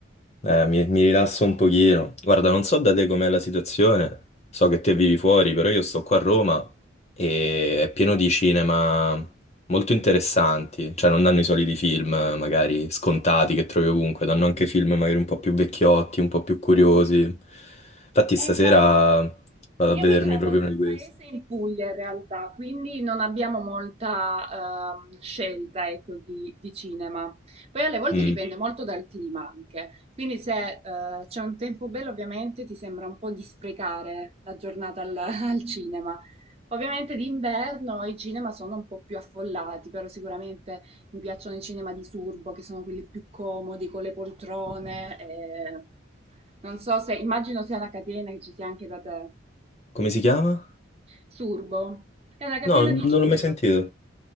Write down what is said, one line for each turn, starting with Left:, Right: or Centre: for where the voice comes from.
Left: Eh, mi, mi rilasso un pochino. Guarda, non so da te com'è la situazione, so che te vivi fuori, però io sto qua a Roma e è pieno di cinema molto interessanti, cioè non danno i soliti film eh, magari scontati che trovi ovunque, danno anche film magari un po' più vecchiotti, un po' più curiosi. Infatti
Right: Eh,
Left: stasera
Right: guarda.
Left: vado
Right: Io
Left: a vedermi
Right: mi trovo
Left: proprio
Right: in
Left: uno
Right: un
Left: di questi.
Right: paese in Puglia in realtà, quindi non abbiamo molta ehm, scelta, ecco, di, di cinema. Poi alle volte
Left: Mm.
Right: dipende molto dal clima anche, quindi se eh, c'è un tempo bello ovviamente ti sembra un po' di sprecare la giornata al, <laughs> al cinema. Ovviamente d'inverno i cinema sono un po' più affollati, però sicuramente mi piacciono i cinema di Surbo, che sono quelli più comodi, con le poltrone. e- Non so se, immagino sia una catena che ci sia anche da te.
Left: Come si chiama?
Right: Surbo. È una catena
Left: No, non
Right: di cinema,
Left: l'ho mai sentito.